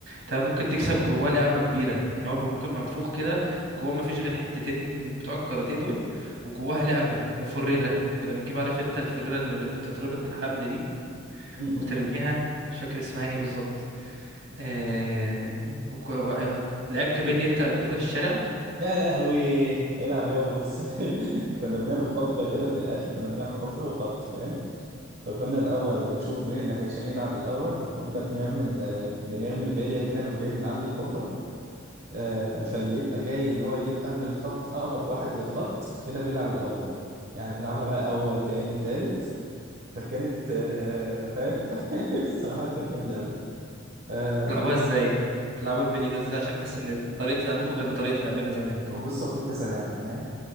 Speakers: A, on the right; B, on the right.
A: تمام ممكن تكسب جواه لعبه كبيره يعني هو ممكن منفوخ كده جواه ما فيش غير حتتين بتوع الكاراتيه دول وجواها لعبه آه، فريره كنا بنجيب عارف انت الفريره اللي بال- اللي بتتربط بالحبل دي
B: م-
A: وترميها
B: م.
A: مش فاكر اسمها ايه بالظبط آه... وك- و- و- لعبت بيلي انت قبل كده في الشارع
B: يا لهوي العب يابا بص <laughs> كنا بنعمل حفرة كده في الآخر كنا بنعمل حفرة وخط فاهم فكنا الأول بنشوف مين اللي هيشان يلعب الأول فكنا بنعمل آه، بنرمي البلية كده من بعيد من عند الحفرة آه، فاللي يبقى جاي اللي هو يجيب قبل الخط أقرب واحد للخط كده بيلعب الأول يعني بنلعبها بقى أول تاني تالت فكانت آه، فاهم <laughs> الصراحة كانت جامدة أوي آه،
A: بتلعبوها ازاي بتلعبوا البيلي ده ازاي عشان حاسس ان طريقه لعبكم غير طريقه لعبنا زمان
B: وبص هو في كذا لعبة فاهم